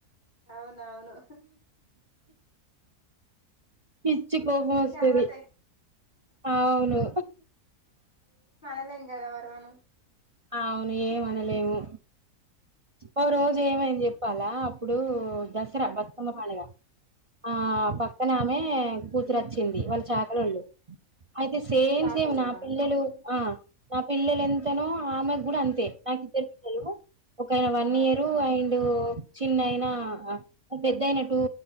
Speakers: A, on the left (about 30°); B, on the right (about 40°).
A: అవున్ నావును
B: పిచ్చి కోపం వస్తది
A: అలవాటయి
B: ఆవును
A: అలా ఎందా మవనం
B: అవును ఏమనలేము ఒ రో పూజ ఏమని చెప్పాలా అప్పుడు దసరా బతుకమ్మ పండుగ ఆ పక్కనమె కూతురు వచ్చింది వాళ్ళ చాకలళ్ళు అయితే సేమ్
A: చాకలోల్ల
B: సేమ్ నా పిల్లలు ఆ నా పిల్లలు ఎంతన మెకు కూడా అంతే నాకు ఇద్దరు తెలు ఒకయన వన్
A: ఆ
B: ఇయరు అండ్ చిన్నైనా, పెద్దయినా టూ